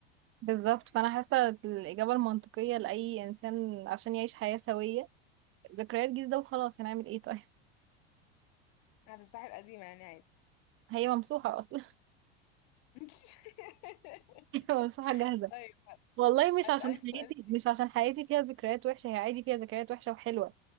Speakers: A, on the right (about 40°); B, on the left (about 55°).
A: بالظبط فانا حاسة الإجابة المنطقية لأي إنسان عشان يعيش حياة سوية ذكريات جديدة وخلاص هنعمل ايه طيب
B: هتمسحي القديمة يعني عادي
A: <laughs> هي ممسوحة أصلا
B: <laughs>
A: <laughs> هي ممسوحة جاهزة
B: طيب
A: والله مش
B: أسألك
A: عشان حياتي
B: سؤال تاني
A: مش عشان حياتي فيها ذكريات وحشة هي عادي فيها ذكريات وحشة وحلوة